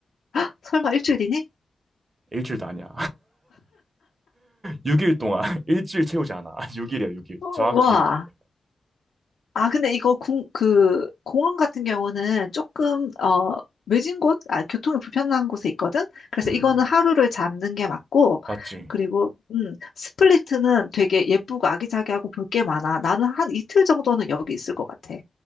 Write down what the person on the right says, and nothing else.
일주일도 아니야. 6일 동안 <laughs> 일주일 채우지 않아. <laughs> 6일이야, 육일
정확히
6일.
음.
맞지?